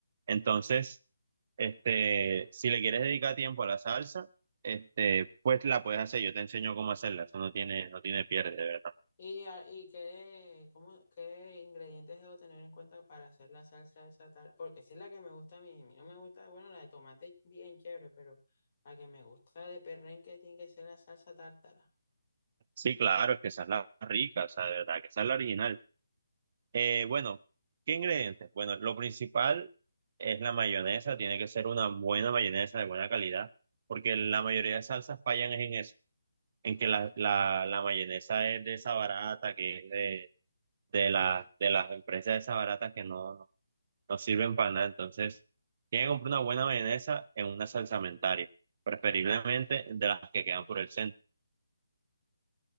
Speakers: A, on the right; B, on the left.
A: Entonces... Este, si le quieres dedicar tiempo a la salsa, este, pues la puedes hacer. Yo te enseño cómo hacerla. Eso no tiene, no tiene pierde, de verdad.
B: ¿Y, a- y qué, cómo, qué ingredientes debo tener en cuenta para hacer la salsa esa tal? Porque esa es la que me gusta a mí. A mí no me gusta, bueno, la de tomate bien chévere, pero la que me gusta de perrenque tiene que ser la salsa tártara.
A: Sí, claro, es que esa es la rica, o sea, de verdad, que esa es la original. Eh, bueno, ¿qué ingredientes? Bueno, lo principal es la mayonesa. Tiene que ser una buena mayonesa de buena calidad, porque la mayoría de salsas fallan es en eso, en que la, la, la mayonesa es de esa barata, que es de, de las de las empresas de esa barata que no no sirven para nada. Entonces, tienen que comprar una buena mayonesa en una salsamentaria, preferiblemente de las que
B: Ujú.
A: quedan por el centro,